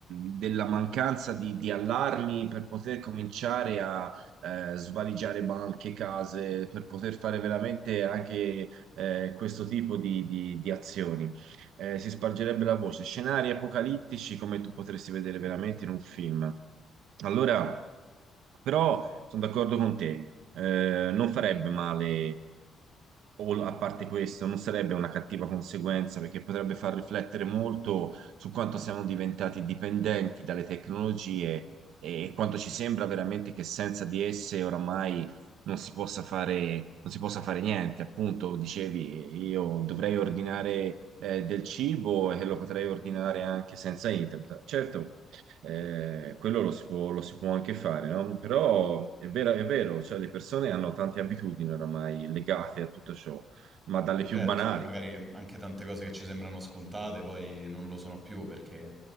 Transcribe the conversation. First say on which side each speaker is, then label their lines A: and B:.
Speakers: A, on the right (about 80°); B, on the right (about 25°).
A: della mancanza di, di allarmi per poter cominciare a eh, svaligiare banche, case, per poter fare veramente anche eh, questo tipo di, di- di azioni. Eh, si spargerebbe la voce. Scenari apocalittici come tu potresti vedere veramente in un film. Allora, però sono d'accordo con te, eh, non farebbe male, o a parte questo, non sarebbe una cattiva conseguenza perché potrebbe far riflettere molto su quanto siamo diventati dipendenti dalle tecnologie e quanto ci sembra veramente che senza di esse oramai non si possa fare, non si possa fare niente. Appunto, dicevi, io dovrei ordinare eh, del cibo e lo potrei ordinare anche senza internet. Certo, eh, quello lo si può, lo si può anche fare, no? Però è vero, è vero, cioè le persone hanno tante abitudini oramai legate a tutto ciò, ma dalle
B: Certo,
A: più banali.
B: ormai magari ehm, anche tante cose che ci sembrano scontate poi non lo sono più perché